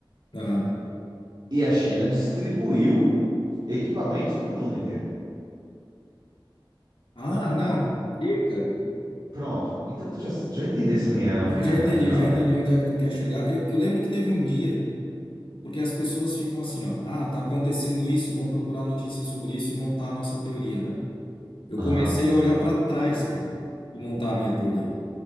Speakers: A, on the left; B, on the right.
A: Aham.
B: E a China distribuiu equipamentos para o mundo inteiro.
A: Ah, não. Ih, cara.
B: Pronto. Então tu já, já entendesse a minha opinião
A: Eu Já entendi,
B: radical,
A: já entendi
B: né?
A: onde é que tu quer chegar. Eu, eu lembro que teve um dia, porque as pessoas ficam assim, ó, ah, tá acontecendo isso, vamos procurar notícias sobre isso e montar a nossa teoria, né? Eu
B: Aham.
A: comecei a olhar para trás, cara, e montar a minha teoria.